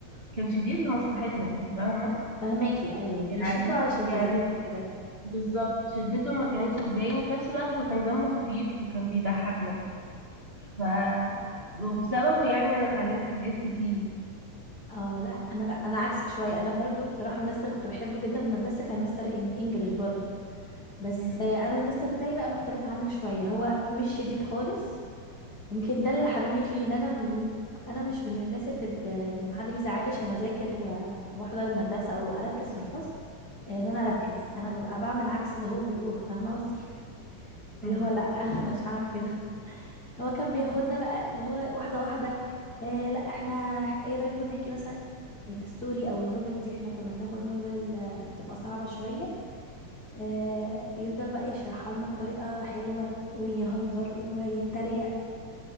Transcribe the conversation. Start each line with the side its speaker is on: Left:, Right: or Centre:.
Right: كان شديد لمصلحتنا انت فاهمة
Left: فهماكي ايوه بيشدوا
Right: يعني
Left: علشان
Right: يعني
Left: تذاكري كده
Right: بالظبط شدته ما كانتش بتضايقني في نفس الوقت هو كان دمه خفيف وكان بيضحكنا
Left: اوكي
Right: ف وبسببه يعني انا اتعلمت حاجات كتير
Left: اه لا انا انا عكسك شويه انا برضو بصراحه المستر كنت بحبه جدا في المدرسه كان مستر إن- انجليش برضو بس
Right: مم.
Left: آه، انا المستر بتاعي بقى مختلف عنك شويه هو مش شديد خالص يمكن ده اللي حببني فيه ان انا م... انا مش من الناس اللي ب... لما حد بيزعلي عشان اذاكر و... واحضر المدرسه او اركز في الفصل آه، ان انا اركز انا ببقى بعمل عكس اللي هو بيقوله فاهمه قصدي <laughs> اللي
Right: مم.
Left: هو لا <laughs> انا مش هعمل كده هو كان بياخدنا بقى اللي هو واحده واحده آه لا احنا ح- ايه رايكم نحكي مثلا الستوري او النوفل دي احنا كنا بناخد نوفل آه، بتبقى صعبة شوية آه، يفضل بقى يشرحها لنا بطريقة حلوة ويهزر ويتريق